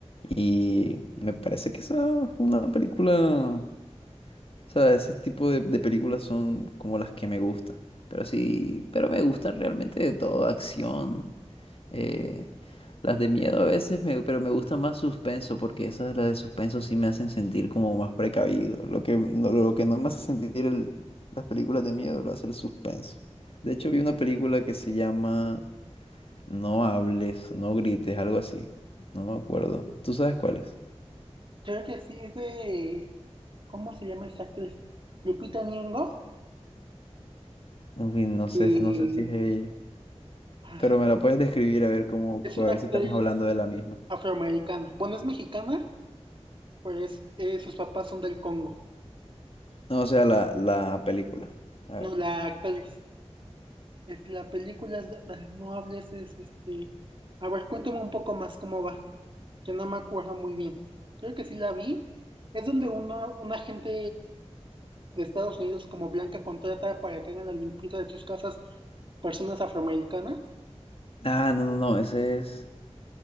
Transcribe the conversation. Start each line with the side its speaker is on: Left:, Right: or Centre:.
Left: Y me parece que esa es una película o sea, ese tipo de, de películas son como las que me gustan. Pero sí, pero me gustan realmente de todo, acción. eh, las de miedo a veces, me- pero me gusta más suspenso, porque esas las de suspenso sí me hacen sentir como más precavido. Lo que no, lo que no me hace sentir el- las películas de miedo lo hace el suspenso. De hecho, vi una película que se llama No hables, no grites, algo así. No me acuerdo. ¿Tú sabes cuál es?
Right: Creo que sí, es de, ¿cómo se llama esa actriz? Lupita Nyong'o,
Left: En fin, no sé,
Right: y
Left: no sé si es ella.
Right: ah,
Left: Pero me la puedes describir a ver cómo,
Right: es
Left: a
Right: una
Left: ver
Right: actriz
Left: si estamos hablando de la misma.
Right: afroamericana. Bueno, es mexicana, pero es, eh, sus papás son del Congo.
Left: No, o sea, la, la película. A
Right: No,
Left: ver.
Right: la actriz. Es la película, es la- la- no hables, es este... A ver, cuéntame un poco más cómo va, que no me acuerdo muy bien. Creo que sí la vi. Es donde uno, un agente de Estados Unidos como Blanca contrata para que hagan la limpieza de sus casas personas afroamericanas.
Left: Ah, no, no, no, ese es.